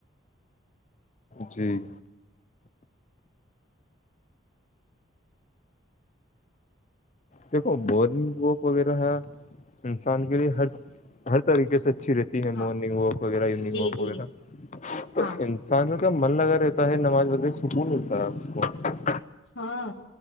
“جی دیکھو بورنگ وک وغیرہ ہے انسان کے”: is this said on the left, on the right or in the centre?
Left